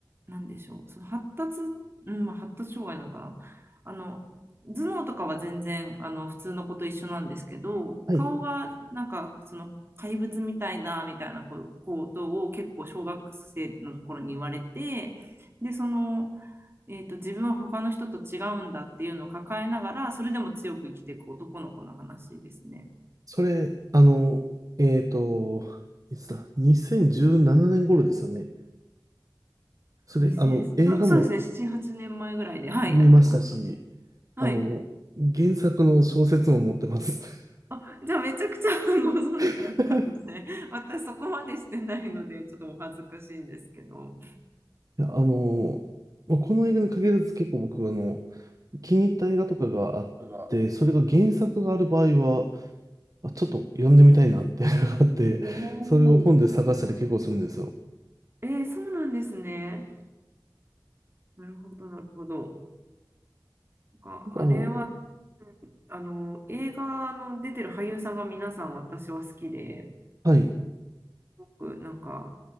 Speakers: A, on the right; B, on the right.
A: なんでしょう。その発達、うん、まあ発達障害なのかな。あの、頭脳とかは全然、あの、普通の子と一緒なんですけど、
B: はい。
A: 顔が、なんか、その、怪物みたいだ、みたいなこことを結構小学生の頃に言われて、で、その、えーと、自分は他の人と違うんだっていうのを抱えながら、それでも強く生きていく男の子の話ですね。
B: それ、あの、えっと、いつだ ?2017 年頃ですよね。それ、
A: 2 0た、
B: あの、映画も
A: そうですね、7、8年前ぐらいで、はい、
B: 見ましたし、
A: やってました。はい。
B: あの、原作の小説も持ってます。
A: あ、じゃあめちゃくちゃ <laughs> ご存知だったんですね。
B: <laughs>
A: 私そこまでしてないので、ちょっとお恥ずかしいんですけど。
B: いやあの、まあこの映画に限らず結構僕、あの、気に入った映画とかがあって、
A: だから
B: それが原作がある場合は、あちょっと読んでみたいなっていうのがあって、
A: お
B: それを本で探したり結構するんですよ。
A: ーえー、そうなんですね。なるほど、なるほど。なんかあれは、
B: あの、
A: あの、映画の出てる俳優さんが皆さん私は好きで、
B: はい。
A: ごくなんか